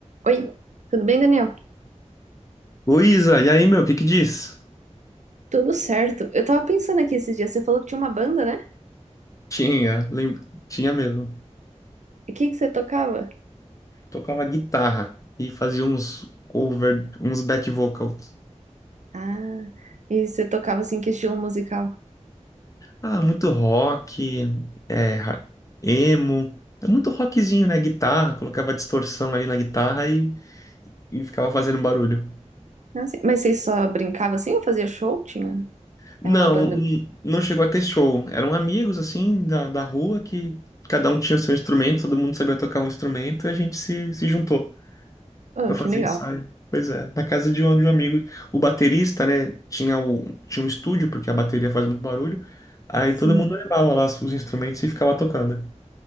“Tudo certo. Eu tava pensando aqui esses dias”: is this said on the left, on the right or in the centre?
Right